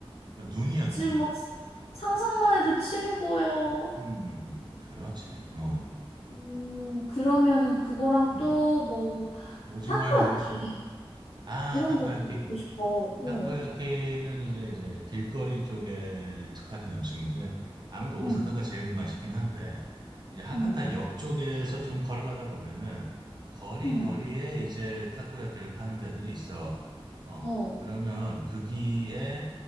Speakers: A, on the right; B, on the left.
A: 약간 눈이야
B: 지금
A: 눈.
B: 막 상상만 해도 침이 고여.
A: 음, 음, 음. 그렇지. 어
B: 음, 그러면은 그거랑
A: 음.
B: 또 뭐,
A: 오징어회
B: 타코야끼
A: 먹을 수 있... 아
B: 이런
A: 타코야끼
B: 것도 먹고 싶어. 응,
A: 타코야키는 이제 이제 길거리 쪽에 특화된 음식인데 아무래도 오사카가
B: 응,
A: 제일 맛있긴 한데 이제 하카타
B: 응,
A: 역 쪽에서 좀 걸어가다 보면은 거리
B: 응.
A: 거리에 이제 타코야키를 파는 데들이 있어. 어
B: 어.
A: 그러면 거기에